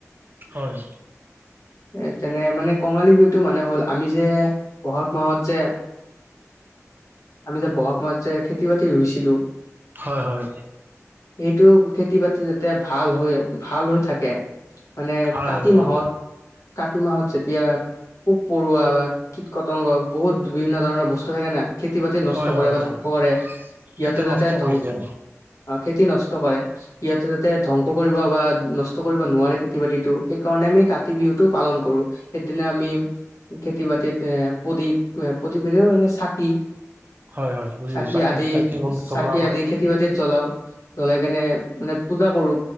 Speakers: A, on the right; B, on the left.
A: হয়
B: এ তেনে মানে কঙালী বিহুত। এইটো মানে হ'ল আমি যে বহাগ মাহত যে আমি যে বহাগ মাহত। যে খেতি বাতি ৰুইছিলো।
A: হয়-হয়
B: সেইটো খেতি বাতি যাতে ভাল হৈ- ভাল হৈ থাকে। মানে
A: ভাল
B: কাতি
A: লাগে
B: মাহত,
A: অ
B: কাতি মাহত, যেতিয়া পোক পৰুৱা বা কীটকতংগ বহুত বিভিন্ন ধৰণৰ বস্তু থাকে ন। খেতি বাতি নষ্ট
A: হয়
B: কৰে
A: হয়
B: বা
A: হয়
B: ধ্বংস কৰে ইহঁতে
A: সেইটো
B: যাতে
A: নষ্ট
B: ধ্বংস
A: কৰি দিয়ে
B: অ' খেতি নষ্ট কৰে সিহঁতে তাতে ধ্বংস বা নষ্ট কৰিব নোৱাৰে খেতি বাতিটো। সেই কাৰণে আমি কাতি বিহুতটো পালন কৰো সেইদিনা আমি খেতি বাতিত এ প্ৰদীপ প্ৰতিবীও মানে চাকি
A: হয় হয় বুজি
B: চাকি
A: পাইছো
B: আদি
A: চাকি বন্তি জ্বলোৱা
B: চাকি
A: হয়
B: আদি খেতি বাতিত জ্বলাও জ্বলাই কেনে মানে পূজা কৰো।